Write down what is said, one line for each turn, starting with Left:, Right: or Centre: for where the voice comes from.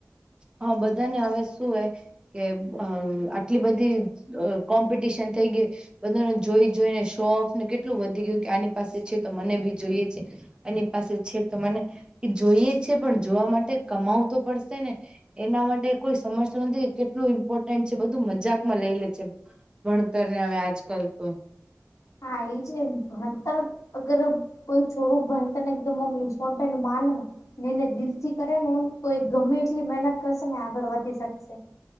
Right: હા, બધાને હવે સુ હે કે અમ આટલી બધી અ કોમ્પિટિશન થઈ ગઈ બધાને જોઈ જોઈને શો ઑફ કેટલું વધી ગયું, કે આની પાસે છે તો મને ભી જોઈએ છે, એની પાસે છે તો મને, એ જોઈએ જ છે, પણ જોવા માટે કમાવુ તો પડસે ને? એના માટે કોઈ સમજતુ નથી કે ટલું ઇમ્પોર્ટન્ટ છે, બધું મજાકમાં લઈ લે છે, ભણતરને હવે આજકાલ તો,
Left: હા, ઈ છે, હસ્તાનું અગર હું, કોઈ છોરું ભણતરને આમ એકદમ ઇમ્પોર્ટન્ટ માનું એને દિલથી કરે ને, તો એ ગમે એટલી મહેનત કરસે ને આગળ વધી સકસે.